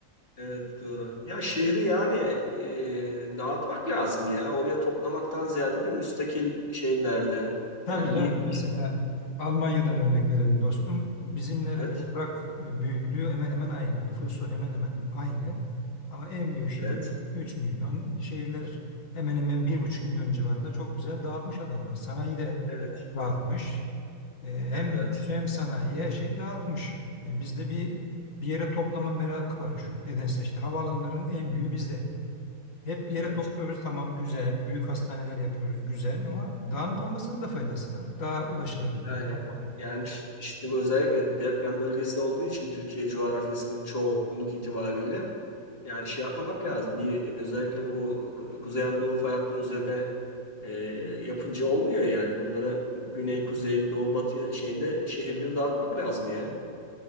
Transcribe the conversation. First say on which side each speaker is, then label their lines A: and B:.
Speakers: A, on the left; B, on the left.
A: evet doğru. Ya şehri yani e, dağıtmak lazım ya. Oraya toplamaktan ziyade de müstakil şeylerde.
B: Tabii
A: Yani
B: canım
A: bir, bir-
B: mesela Almanya'dan örnek verelim dostum. Bizimle
A: evet,
B: toprak e, büyüklüğü hemen hemen aynı. Nüfusu hemen hemen aynı. Ama en büyük şehri
A: evet,
B: 3 milyon. Şehirler hemen hemen bir buçuk milyon civarında çok güzel dağıtmış adamlar. Sanayi de
A: evet,
B: dağıtmış. E,
A: evet,
B: hem nüfusu hem sanayi her şeyi dağıtmış. E, bizde bir bir yere toplama merakı var. Şu, nedense işte havaalanların en büyüğü bizde. Hep bir
A: evet.
B: yere topluyoruz tamam güzel. Büyük hastaneler yapıyoruz güzel ama dağınık olmasının da faydası var. Daha ulaşılabilir,
A: Yani
B: daha kolay.
A: yani ş- işte bu özellikle deprem bölgesi olduğu için Türkiye coğrafyasının çoğunluk itibariyle yani şey yapmak lazım. Bir özellikle bu Ku- Kuzey Anadolu fay hattının üzerine e, yapınca olmuyor yani. Bunları güney, kuzey, doğu, batı şeyinde şehirleri dağıtmak lazım ya.